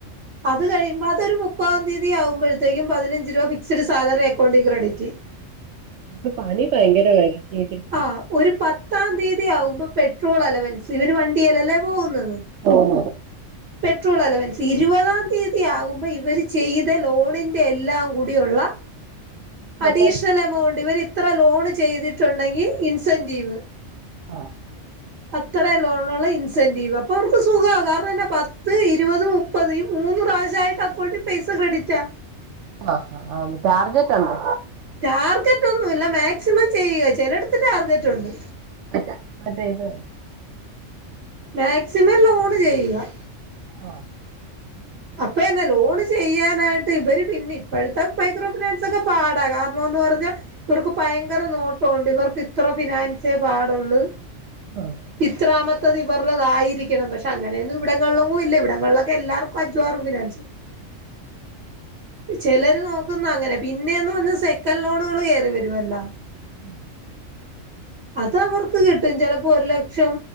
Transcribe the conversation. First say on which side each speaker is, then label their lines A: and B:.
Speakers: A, on the right; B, on the right.
A: അത് കഴിയുമ്പോ അതൊരു മുപ്പതാം തീയതി ആകുമ്പോഴത്തേക്കും പതിനഞ്ച് രൂപ ഫിക്സ്ഡ് സാലറി അക്കൗണ്ടി ക്രെഡിറ്റെയ്യും
B: അപ്പ പണി ഭയങ്കരവരിക്കട്
A: ആഹ് ഒരു പത്താം തീയതി ആകുമ്പോ പെട്രോൾ അലവൻസ് ഇവർ വണ്ടില് അല്ലേ പോവുന്നത്.
B: ഓഹ്.
A: പെട്രോൾ അലവൻസ് ഇരുപതാം തീയതി ആകുമ്പോ ഇവര് ചെയ്ത ലോണിന്റെ എല്ലാം കൂടിയുള്ള
B: ടോട്ടൽ
A: അഡീഷണൽ എമൗണ്ട് ഇവർ ഇത്ര ലോൺ ചെയ്തിട്ടുണ്ടെങ്കിൽ ഇൻസെന്റീവ്
B: ആഹ്
A: അത്ര ലോൺലുള്ള ഇൻസെന്റീവ് അപ്പൊ അവർക്ക് സുഖാ കാരണം എന്നാ പത്ത് ഇരുവത് മു ഇപ്പതേ മൂന്ന് പ്രാവശ്യായിട്ട് അക്കൗണ്ടിൽ പൈസ ക്രെഡിറ്റാ
B: ആഹ് ആഹ് <unintelligible> ടാർജറ്റ് ഒണ്ടോ
A: ടാർഗറ്റൊന്നുല്ല മാക്സിമം ചെയ്യുക ചെലട്ത്ത് ടാർഗറ്റുണ്ട്
B: അല്ല അതെ ഇതോ.?
A: മാക്സിമം ലോണ് ചെയ്യുക
B: ആഹ്
A: അപ്പ എന്നെ ലോണ് ചെയ്യാനായി ഇവര് പിന്നെ ഇപ്പോഴത്തെ മൈക്രോ ഫിനാൻസ് ഒക്കെ പാടാ കാരണംന്ന് പറഞ്ഞാ ഇവർക്ക് പയങ്കര നോട്ടുണ്ട് ഇവർക്ക് ഇത്ര ഫിനാൻസേ പാടുള്ളു
B: ആഹ്
A: ഇത്രാമത്തത് ഇവരുള്ളതയിരിക്കണം പക്ഷെ അങ്ങനെയൊന്നും ഇവിങ്ങളിലൊന്നും ഇല്ല ഇവിടങ്ങളിലൊക്കെ എല്ലാവർക്കും അഞ്ചു ആറും ഫിനാൻസ്
B: <inaudible>
A: ചെലര് നോക്കുന്ന അങ്ങനെ പിന്നെന്ന് പറഞ്ഞ സെക്കൻ ലോണുകൾ കേയറി വരുമല്ലോ
B: ഉം
A: അത് അവർക്ക് കിട്ടും ചെലപ്പോ ഒരു ലക്ഷം